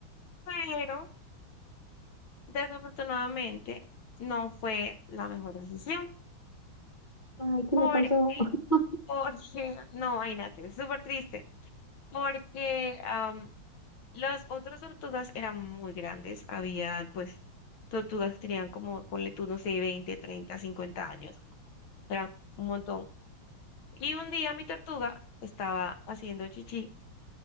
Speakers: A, on the left; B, on the left.
A: Pero... Desafortunadamente, no fue la mejor decisión.
B: Ay, ¿qué
A: Porque,
B: le pasó? <laughs>
A: porque no, imagínate, es súper triste. Porque am, las otras tortugas eran muy grandes. Había, pues, tortugas que tenían como, ponle tú, no sé, 20 30 50 años. Eran un montón. Y un día mi tortuga estaba haciendo chichi